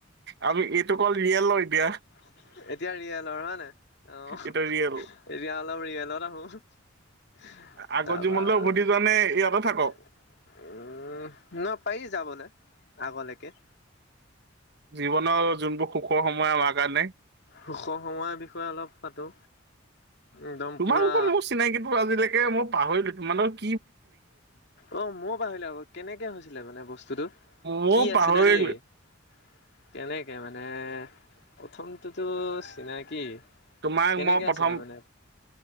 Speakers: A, on the right; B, on the left.
A: আমি এইটো কল ৰিয়েল হৈ দিয়া।
B: এতিয়া ৰিয়েলৰ হয় নাই?
A: এইটো ৰিয়েল
B: অ, এতিয়া অলপ ৰিয়েলত আহো।
A: আগৰ জীৱনলৈ
B: তাৰপা
A: উভতি যোৱা নে ইয়াতে
B: উম,
A: থাকক
B: ন পাৰি যাবলৈ? আগলৈকে।
A: জীৱনৰ যোনবোৰ সুখৰ সময় আমাৰ কাৰণে
B: সুখ সময়ৰ বিষয়ে অলপ পাতো। একদম
A: তোমালোকৰ
B: পুৰা
A: মোৰ চিনাকিটো আজিলৈকে মই পাহৰিলোঁ তোমালোক
B: অ, মইও পাহৰিলোঁ আকৌ কেনেকে হৈছিলে মানে বস্তুটো
A: ময়ো
B: কি
A: পাহৰিলো
B: আছিলে দেই <unintelligible> কেনেকে মানে প্ৰথমটো চিনাকি
A: তোমাক
B: কেনেকে
A: মই প্ৰথম,
B: আছিলে মানে